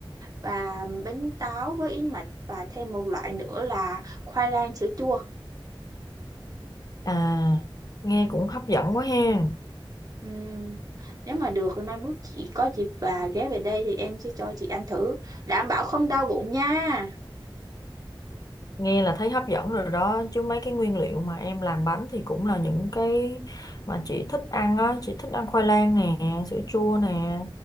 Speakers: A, on the right (about 40°); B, on the left (about 45°).
A: và bánh táo với yến mạch và thêm một loại nữa là khoai lang sữa chua.
B: à nghe cũng hấp dẫn quá ha
A: Ừm, nếu mà được thì mai mốt chị có dịp và ghé về đây thì em sẽ cho chị ăn thử. Đảm bảo không đau bụng nha.
B: Nghe là thấy hấp dẫn rồi đó chứ mấy cái nguyên liệu mà em làm bánh thì cũng là những cái mà chị thích ăn á chị thích ăn khoai lang nè sữa chua nè